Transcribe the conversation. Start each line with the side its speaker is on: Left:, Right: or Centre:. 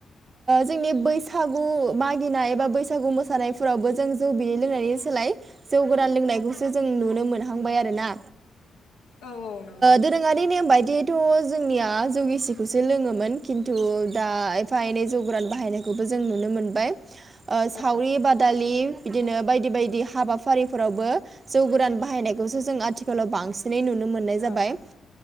Right: जोंनि बैसागु मागिनाय एबा बैसागु मोसानायफोरावबो जों जों जौ बिै लोंनानै सोलाय जौ गोरान लोंनायखौसो जों नुनो मोनहांबाय आरो ना
Left: औ औ नंगौ
Right: दोरोङारि नेम बायदि थ' जोंनिया जौ गिसिखौसो लोङोमोन खिन्थु दा एफा एनै जौ गोरान बाहायनायखौ बेखौ जों नुनो मोनबाय ओ सावरि
Left: औ
Right: बादालि बिदिनो बायदि बायदि हाबाफारिफोरावबो जौ गोरान बाहायनायखौसो जों आथिखालाव बांसिनै नुनो मोननाय
Left: औ
Right: जाबाय